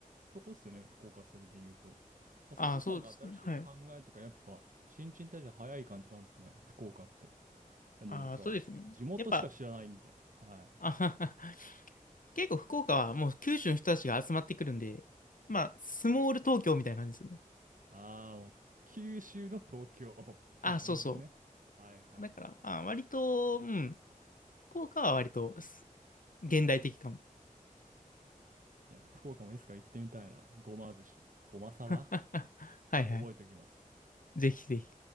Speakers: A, on the right; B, on the left.
A: とこっすよね、福岡それで言うと。まあ、
B: あ、
A: そうするとなんか新しい考えとかやっぱ新陳代謝早い感じなんですね、
B: そうですね。はい。
A: 福岡って。でも僕は地元しか知らないんで、
B: あ、そうですね。やっぱ、
A: はい。
B: あはは結構福岡はもう九州の人たちが集まってくるんで、まあ、スモール東京みたいな感じですよね。
A: ああ、もう九州の東京。<laughs>
B: あ、
A: なるほどね。
B: そうそ
A: はいはいはい。
B: う。だから、あ、割と、うん、福岡は割とす現代的かも。
A: いや、でも福岡もいつか行ってみたいな。ごま寿司、ごまさば
B: <laughs> はいはい。
A: 覚えておきます。
B: ぜひぜひ。